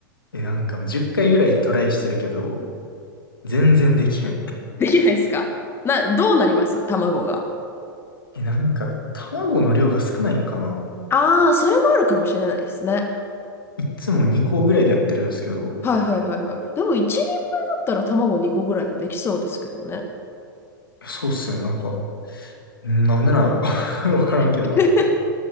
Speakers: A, on the left; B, on the left.
A: え、なんかもう10回ぐらいトライしてるけど、全然できへん。
B: できないですかな、どうなります卵が。
A: え、なんか卵の量が少ないんかな
B: ああ、それもあるかもしれないですね。
A: いつも2個ぐらいでやってるんですけど、
B: はいはいはいはい。でも一人前だったら卵2個ぐらいでできそうですけどね。
A: そうっすよね。なんか、んなんでなんやろ <laughs> わからんけど。
B: <laughs>